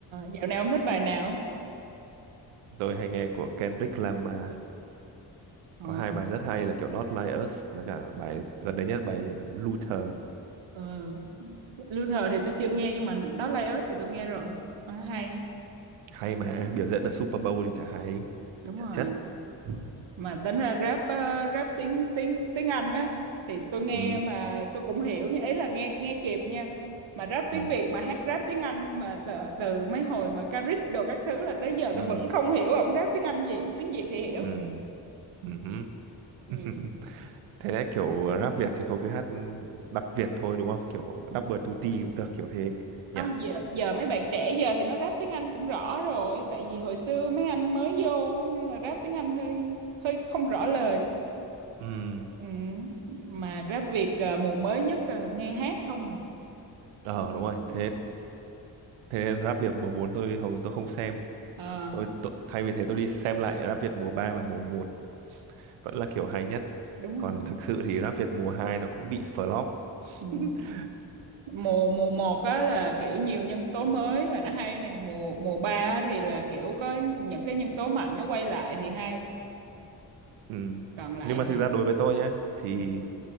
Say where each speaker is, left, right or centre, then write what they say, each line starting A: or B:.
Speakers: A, on the right; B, on the right.
A: dạo này ông thích bài nào?
B: tôi hay nghe của Kendrick Lamar
A: Ờ,
B: có hai bài rất hay là kiểu Not Like Us với cả bài gần đây nhất bài Luther
A: ờ. Luther thì tôi chưa nghe nhưng mà đó Lay Earth thì tôi nghe rồi. Ờ, hay.
B: hay mà biểu
A: Ừ,
B: diễn ở Super Bowl thì chả hay
A: Đúng
B: chả
A: rồi.
B: chất
A: mà tính ra rap ờ, rap tiếng tiếng tiếng Anh á thì tôi nghe
B: ừ
A: mà tôi cũng hiểu nha ấy là nghe nghe kịp nha mà rap tiếng
B: ừ
A: Việt mà hát rap tiếng Anh mà từ, từ mấy hồi mà Caric đồ các thứ là tới giờ
B: ừ
A: tôi vẫn không hiểu ổng rap tiếng Anh gì tiếng Việt thì hiểu
B: ừ ừ ừ, hứ. <laughs>
A: ừ.
B: thế đấy kiểu rap Việt thì thôi cứ hát đặc Việt thôi đúng không kiểu double
A: Đúng
B: duty
A: rồi.
B: cũng được kiểu thế nhỉ
A: không giờ giờ mấy bạn trẻ giờ thì nó rap tiếng Anh cũng rõ rồi tại vì hồi xưa mấy anh mới vô cho nên là rap tiếng Anh hơi hơi không rõ lời
B: Ừm,
A: ừ. mà rap Việt ờ, mùa mới nhất ờ, nghe hát không à
B: ờ
A: cũng hơi
B: đúng rồi
A: buồn
B: thế thế nên rap Việt mùa 4 tôi hầu như tôi không xem
A: Ờ,
B: tôi, tôi thay vì thế tôi đi xem lại rap Việt mùa 3 và mùa một vẫn là kiểu hay nhất
A: đúng
B: còn
A: rồi.
B: thực sự thì rap Việt mùa 2 nó cũng bị flop
A: Ừ.
B: <laughs>
A: Mùa mùa một á là kiểu nhiều nhân tố mới là nó hay nè, mùa mùa 3 á thì là kiểu có những cái nhân tố mạnh nó quay lại thì hay.
B: Ừm,
A: Còn lại
B: nhưng mà
A: thì
B: thực ra đối với tôi nhá thì
A: ừ,